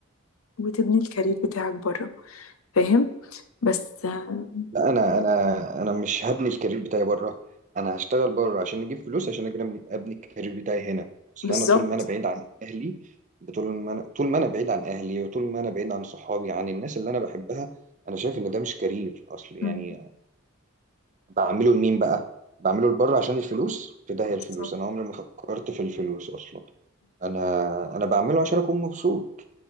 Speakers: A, on the left; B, on the right.
A: وتبني الكارير بتاعك بره فاهم بس آم،
B: لا انا انا انا مش هبني الكارير بتاعي بره انا هشتغل بره عشان اجيب فلوس عشان اجي ابني أبني الكارير بتاعي هنا اصل
A: بالظبط
B: انا طول ما انا بعيد عن اهلي طول ما انا طول ما انا بعيد عن اهلي وطول ما انا بعيد عن صحابي عن الناس اللي انا بحبها انا شايف ان ده مش كارير اصل يعني
A: أمم،
B: بعمله لمين بقى بعمله لبره عشان الفلوس في داهية
A: بالظبط
B: الفلوس انا عمري ما فكرت في الفلوس اصلا انا انا بعمله عشان اكون مبسوط